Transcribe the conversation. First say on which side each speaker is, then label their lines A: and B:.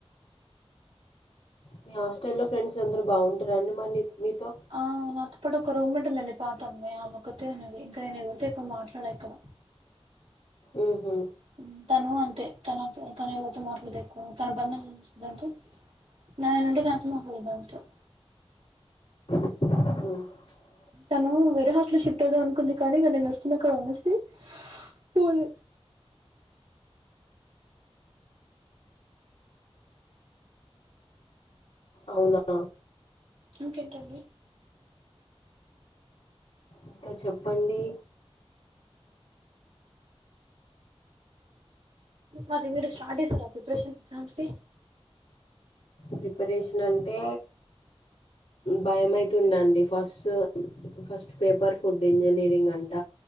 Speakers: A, on the left; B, on the right.
A: మీ హాస్టల్ లో ఫ్రెండ్స్ అందరు బాగుంటార అండి మరి మీతో
B: ఆ నాక్ అప్పటి ఒక రూమ్ ఉందండి పాత అమ్మాయి ఆమె ఒకతే ఉన్నది ఇంకా నేను ఎవరితో ఎకువ మాట్లాడక్క.
A: మ్మ్ హు
B: హు తను అంతే తన తను ఎలాతో మాట్లు తెప్పు తన పని తను చూసుకుంటూ అంటే. నా నుండి నాతో <unintelligible>
A: అ
B: తను వేరే హాస్టల్ లో షిఫ్ట్ అవుదాం అనుకుంది, కానీ ఇక నేను వస్తున్నా కా అనేసి పోలే.
A: అవునా
B: ఇంకేంటి అండి
A: ఇంకా చెప్పండి
B: మరి మీరు స్టార్ట్ చేసారా ప్రిపరేషన్ ఎగ్జామ్స్ కి
A: ప్రిపరేషన్ అంటే భయం అయితుడండి first first paper food engineering అంట